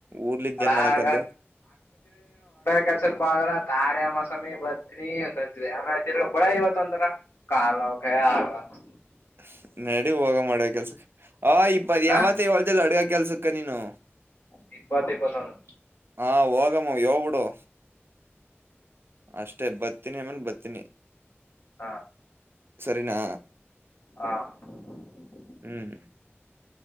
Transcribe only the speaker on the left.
ಅಣ್ಣ,
ಹಡ
ಕೆಲಸಕೆ ತಡ ಮ <unintelligible> ಸಾಮಿ ಬಂತ್ರಿ ಅಂತ ಅಂತವಿ. ಆಮೇರ ತಿರುಗ ಕೊಡಯ್ಯ ಇವತೊಂದ ಅಂದ್ರ ಕಾಲ್ನೋವ್ ಕೈಆಗಲ್ಲ <unintelligible>
ಹ
ಇಪ್ಪತ್ ಇಪ್ಪತ್ತೊಂದು
ಹಾ
ಹಾ <unintelligible>